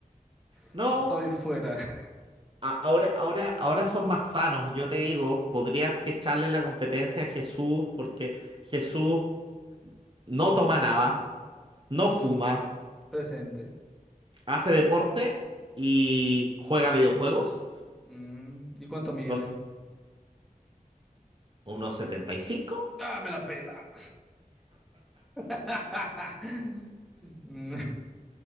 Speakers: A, in the centre; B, on the right.
A: Fu-
B: No,
A: Estoy fuera. <laughs>
B: a- ahora, ahora, ahora son más sanos, yo te digo, podrías que echarle la competencia a Jesús porque Jesús no toma nada, no
A: Mm,
B: fuma,
A: presente.
B: hace deporte y juega videojuegos.
A: Mm, ¿y cuánto mide?
B: Entonces, unos setenta y cinco
A: ¡Ah, me la pela! <laughs> Mm,